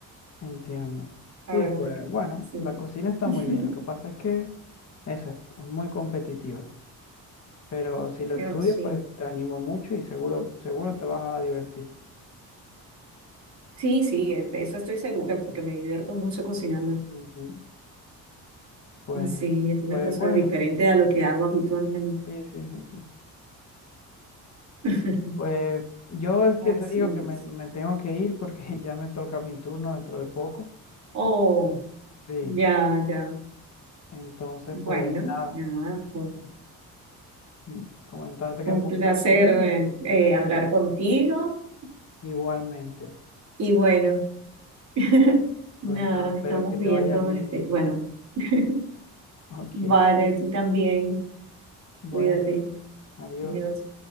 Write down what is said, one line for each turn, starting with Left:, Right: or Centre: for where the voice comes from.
Left: entiendo.
Right: A
Left: Sí,
Right: ver,
Left: pues
Right: ¿de qué?
Left: bueno,
Right: Sí.
Left: la cocina está
Right: <laughs>
Left: muy bien. Lo que pasa es que eso es, es muy competitiva. Pero si lo
Right: Pero
Left: estudias,
Right: sí.
Left: pues te animo mucho y seguro, seguro te vas a divertir.
Right: Sí, sí, eh, de eso estoy segura, porque me divierto mucho cocinando.
Left: Ujú. Pues,
Right: Sí, es una
Left: pues
Right: cosa
Left: bueno,
Right: diferente a lo que hago habitualmente.
Left: sí, sí, sí, sí.
Right: <laughs>
Left: Pues yo es que
Right: Así
Left: te digo que me,
Right: es.
Left: me tengo que ir porque <laughs> ya me toca mi turno dentro de poco.
Right: Oh,
Left: Sí,
Right: ya, ya.
Left: entonces
Right: Bueno,
Left: pues nada,
Right: nada, fue
Left: mm, comentarte que
Right: un
Left: fue
Right: placer
Left: un placer
Right: eh,
Left: y
Right: eh,
Left: <laughs>
Right: hablar
Left: sí,
Right: contigo
Left: igualmente.
Right: y bueno, <laughs> nada,
Left: Pues nada,
Right: nos
Left: espero
Right: estamos
Left: que te
Right: viendo,
Left: vaya bien.
Right: este, bueno, <laughs>
Left: <laughs>
Right: vale,
Left: Ok,
Right: tú también,
Left: bueno,
Right: cuídate,
Left: adiós.
Right: adiós.